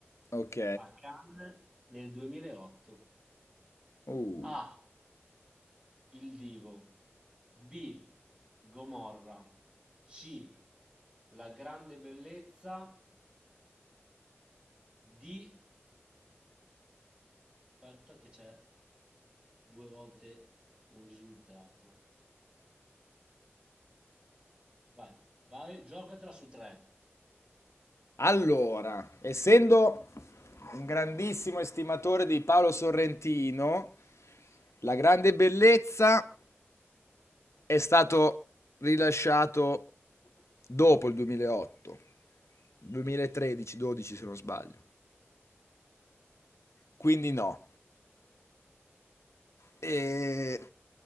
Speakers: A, on the left; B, on the right.
A: Ok.
B: Cannes nel 2008?
A: Uh.
B: A. Il Divo, B. Gomorra, C. La grande bellezza, D. Aspetta che c'è due volte un risultato. Vai, vai, giocatela su tre.
A: Allora, essendo un grandissimo estimatore di Paolo Sorrentino, La grande bellezza è stato rilasciato dopo il 2008, 2013-12 se non sbaglio. Quindi no. E...